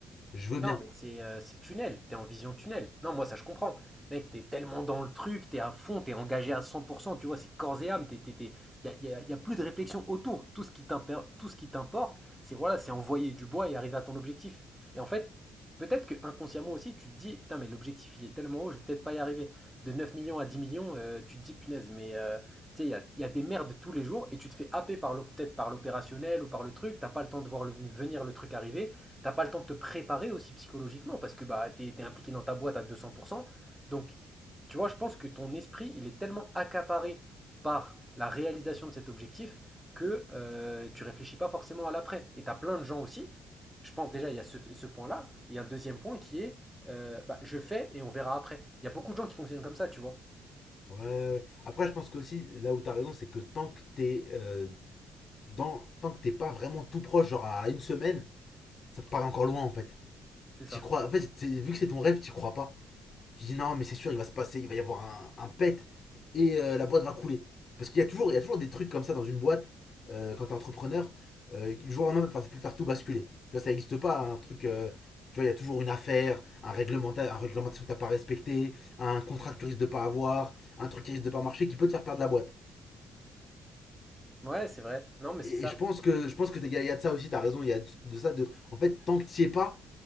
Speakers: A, on the left (about 45°); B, in the centre.
A: Je veux bien.
B: Non, mais c'est euh, c'est tunnel, t'es en vision tunnel. Non, moi ça je comprends. Mec, t'es tellement dans le truc, t'es à fond, t'es engagé à 100%, tu vois, c'est corps et âme, t'es, t'es, t'es- y a, y a- y a plus de réflexion autour. Tout ce qui t'imper- tout ce qui t'importe, c'est voilà, c'est envoyer du bois et arriver à ton objectif. Et en fait, peut-être que inconsciemment aussi, tu te dis, putain, mais l'objectif il est tellement haut, je vais peut-être pas y arriver. De 9 millions à 10 millions, euh, tu te dis, punaise, mais euh, tu sais, il y a, y a des merdes tous les jours et tu te fais happer par l'op- peut-être par l'opérationnel ou par le truc, t'as pas le temps de voir le- venir le truc arriver. T'as pas le temps de te préparer aussi psychologiquement parce que bah, t'es, t'es impliqué dans ta boîte à 200%. Donc, tu vois, je pense que ton esprit, il est tellement accaparé par la réalisation de cet objectif que euh, tu réfléchis pas forcément à l'après. Et t'as plein de gens aussi. Je pense déjà, il y a ce, ce point-là. Et il y a un deuxième point qui est euh, bah, je fais et on verra après. Il y a beaucoup de gens qui fonctionnent comme ça, tu vois.
A: Ouais, ouais. ouais. Après, je pense qu'aussi, là où t'as raison, c'est que tant que t'es euh, dans, tant que t'es pas vraiment tout proche, genre à une semaine, ça te paraît encore loin en fait.
B: C'est
A: T'y
B: ça.
A: crois, en fait, vu que c'est ton rêve, t'y crois pas. Tu dis non, mais c'est sûr, il va se passer, il va y avoir un, un pet et euh, la boîte va couler. Parce qu'il y, a toujours- il y a toujours des trucs comme ça dans une boîte, euh, quand t'es entrepreneur, euh, du jour au lendemain, ça peut faire tout basculer. Tu vois, ça n'existe pas, un truc. euh, tu vois, il y a toujours une affaire, un réglementaire, un réglementation que t'as pas respecté, un contrat que tu risques de pas avoir, un truc qui risque de pas marcher qui peut te faire perdre la boîte.
B: Ouais, c'est vrai. Non, mais
A: Et,
B: c'est ça.
A: et je pense que je pense que t'es- il y, a- il y a de ça aussi, t'as raison, il y a de ça de. En fait, tant que t'y es pas,